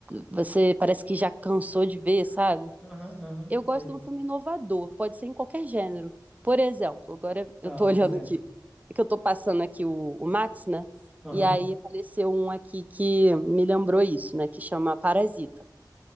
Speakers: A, on the right; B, in the centre.
A: você parece que já cansou de ver, sabe?
B: Aham, aham,
A: Eu
B: sei.
A: gosto de um filme inovador, pode ser em qualquer gênero. Por exemplo,
B: Entendi.
A: agora
B: Tá,
A: eu tô
B: um
A: <laughs> olhando
B: exemplo.
A: aqui, é que eu tô passando aqui o, o Max, né?
B: Aham.
A: E aí apareceu um aqui que me lembrou isso, né? Que chama Parasita.